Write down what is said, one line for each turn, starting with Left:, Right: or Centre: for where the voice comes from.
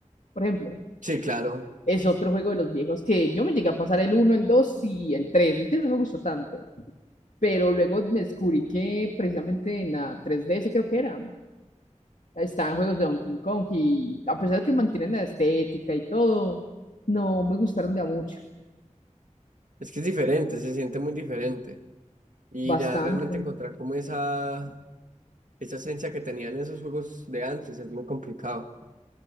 Left: por ejemplo.
Right: Sí, claro.
Left: Es otro juego de los viejos que yo me llegué a pasar el uno el 2 y el tres El 3 no me gustó tanto, pero luego me descubrí que precisamente en la tres D ds creo que era. están juegos de Donkey Kong y a pesar de que mantienen la estética y todo, no me gustaron de a mucho,
Right: Es que es diferente, se siente muy diferente. Y
Left: bastante.
Right: ya realmente encontrar como esa, esa esencia que tenían esos juegos de antes es muy complicado.